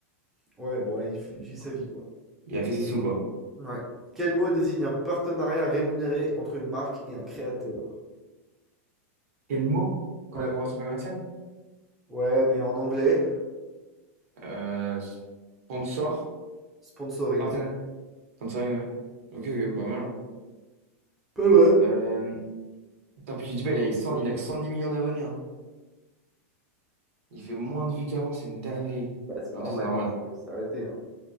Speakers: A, in the centre; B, on the right.
A: Ouais, bon, il f- il vit sa
B: Ouais.
A: vie, quoi.
B: Il a fait ses sous, quoi.
A: Ouais. Quel mot désigne un partenariat rémunéré entre une marque et un créateur?
B: Quel mot? Collaboration
A: Ouais.
B: commerciale?
A: Ouais, mais en anglais,
B: Euh, sponsor,
A: sponsoring.
B: partenaire, sponsoring, ouais. Ok, ok, pas mal, hein.
A: Pas mal.
B: Euh, putain, puis tu dis pas, il a, que 100 il a que 110 millions d'abonnés, hein. Il fait moins de vues qu'avant, c'est une dinguerie.
A: Bah, c'est
B: En
A: normal,
B: même temps, c'est normal,
A: hein. C'est pour ça qu'il s'est arrêté, hein.